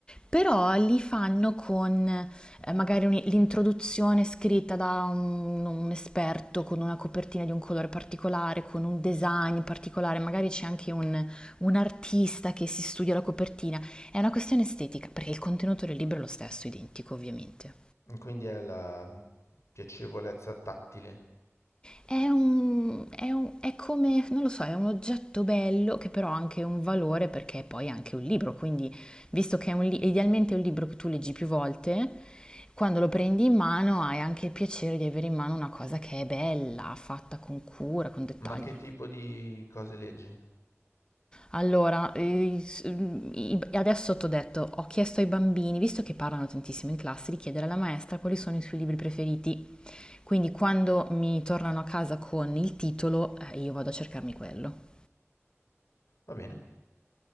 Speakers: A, on the left; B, on the left.
A: però li fanno con eh, magari un- l'introduzione scritta da un, un esperto, con una copertina di un colore particolare, con un design particolare, magari c'è anche un, un artista che si studia la copertina. È una questione estetica, perché il contenuto del libro è lo stesso, identico ovviamente.
B: Quindi è la piacevolezza tattile.
A: È un, è un- è come, non lo so, è un oggetto bello che però ha anche un valore perché è poi anche un libro, quindi visto che è un li- idealmente è un libro che tu leggi più volte, quando lo prendi in mano hai anche il piacere di avere in mano una cosa che è bella, fatta con cura, con dettagli.
B: Ma che tipo di cose leggi?
A: Allora, eh, s- mm, i- adesso t'ho detto, ho chiesto ai bambini, visto che parlano tantissimo in classe, di chiedere alla maestra quali sono i suoi libri preferiti. Quindi quando mi tornano a casa con il titolo, eh, io vado a cercarmi quello.
B: Va bene.